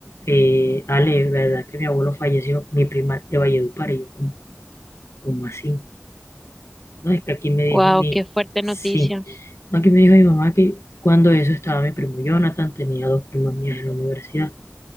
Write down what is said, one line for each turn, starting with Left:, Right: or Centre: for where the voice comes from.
Left: eh, Ale, ¿verdad que mi abuelo falleció? Mi prima de Valledupar. Y yo, ¿cómo, cómo así? No, es que aquí me dijo
Centre: Wow,
Left: mi,
Centre: qué fuerte noticia.
Left: sí, no, aquí me dijo mi mamá que cuando eso estaba mi primo Jonathan, tenía dos primas mías en la universidad.